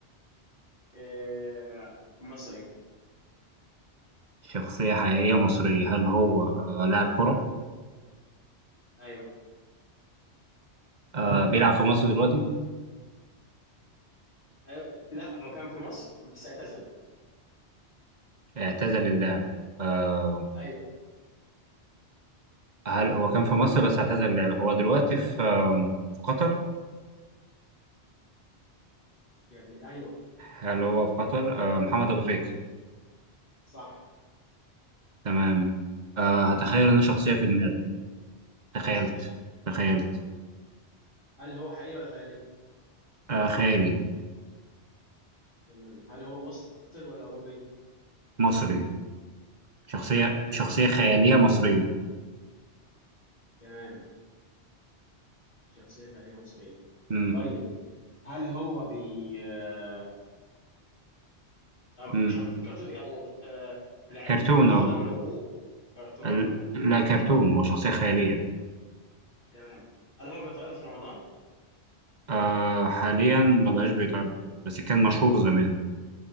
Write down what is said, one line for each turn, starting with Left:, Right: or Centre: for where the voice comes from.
Left: آه مصري
Right: شخصية حقيقية مصرية هل هو آه لاعب كرة؟
Left: ايوه
Right: آه بيلعب في مصر دلوقتي؟
Left: ايوه لا هو كان في مصر بس اعتزل
Right: اعتزل اللعب آه
Left: ايوه
Right: هل هو كان في مصر بس اعتزل اللعب هو دلوقتي في آه في قطر؟
Left: يا ابني أيوه
Right: هل هو في قطر؟ آه محمد أبو تريكة
Left: صح
Right: تمام
Left: صح
Right: آه هتخيل
Left: <laughs>
Right: إن شخصية في دماغي تخيلت
Left: خلاص ماشي
Right: تخيلت
Left: هل هو حقيقي ولا خيالي
Right: آه خيالي
Left: تمام هل هو مصري ولا أوروبي
Right: مصري شخصية
Left: تمام
Right: شخصية خيالية مصرية
Left: تمام شخصية خيالية مصرية
Right: مم.
Left: طيب هل هو بي آه، طب
Right: مم.
Left: شخ- في كرتون يعني آه لعيب
Right: كرتون
Left: في كرة قدم
Right: اه
Left: رياضية كرتون
Right: ال-
Left: تمام
Right: لا كرتون هو شخصية خيالية
Left: تمام هل هو بيتعرض في رمضان؟
Right: آه حاليا ما بقاش بيتعرض بس كان مشهور زمان